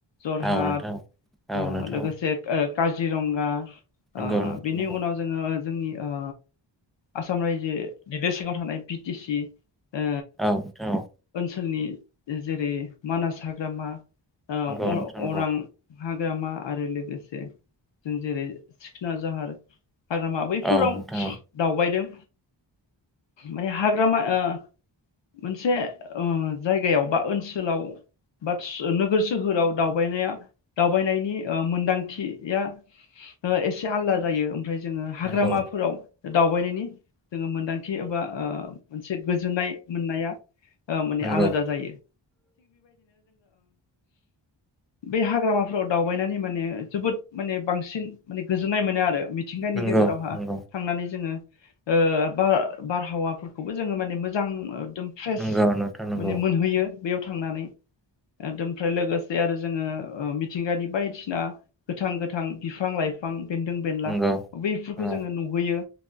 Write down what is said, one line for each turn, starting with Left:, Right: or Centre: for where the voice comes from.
Left: जरहाट
Centre: औ नोंथां औ
Left: ओ
Centre: औ नोंथां
Left: लोगोसे
Centre: औ
Left: ओ काजिरंगा
Centre: नंगौ
Left: ओ
Centre: नोंथां
Left: बिनि
Centre: नंगौ
Left: उनाव जोङो जोंनि ओ आसाम रायजो निनो सिङाव थानाय बि टि सि ओ
Centre: औ औ
Left: ओनसोलनि जेरै मानास हाग्रामा अरां
Centre: नंगौ नोंथां नंगौ
Left: हाग्रामा आरो लोगोसे जों जेरै सिखोना जाहार हाग्रामा बैफोराव
Centre: औ नोंथां औ
Left: दावबायदों माने हाग्रामा ओ मोनसे उम जायगायाव बा ओनसोलाव बादस नोगोर सोहोराव दावबायनाया दावबायनायनि मोनदांथिया ओ एसे आलादा जायो ओमफ्राय जोङो हाग्रामाफोराव
Centre: नंगौ
Left: दावबायनायनि जोङो मोनदांथि एबा ओ मोनसे गोजोननाय मोननाया ओ माने
Centre: नंगौ
Left: आलादा जायो बै हाग्रामाफोराव दावबायनानै माने जोबोद माने बांसिन माने गोजोननाय मोनो आरो मि मिथिंगानि
Centre: नंगौ
Left: गेजेरावहा
Centre: नंगौ
Left: थांनानै जोङो ओ बा बारहावाफोरखौबो जोङो माने मोजां एकदम फ्रेस
Centre: नंगौ नोंथां नंगौ
Left: माने मोनहैयो बैयाव थांनानै ओमफ्राय लोगोसे आरो जोङो ओ मिथिंगानि बायदिसिना गोथां गोथां बिफां लाइफां बेन्दों बेला
Centre: नंगौ
Left: बेफोरखौ
Centre: नंगौ औ
Left: जोङो नुहैयो